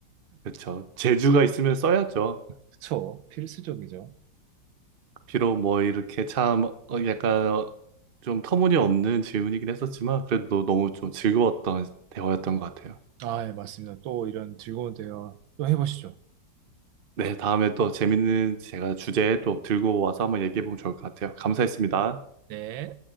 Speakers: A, on the right; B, on the right.
A: 그렇죠. 재주가 있으면 써야죠.
B: 그쵸. 필수적이죠.
A: 비록 뭐 이렇게 참 어, 약간 어, 좀 터무니없는 질문이긴 했었지만 그래도 너무 좀 즐거웠던 대화였던 것 같아요.
B: 아, 예, 맞습니다. 또 이런 즐거운 대화 또 해보시죠.
A: 네, 다음에 또 재밌는 제가 주제 또 들고 와서 한번 얘기해보면 좋을 것 같아요. 감사했습니다.
B: 네.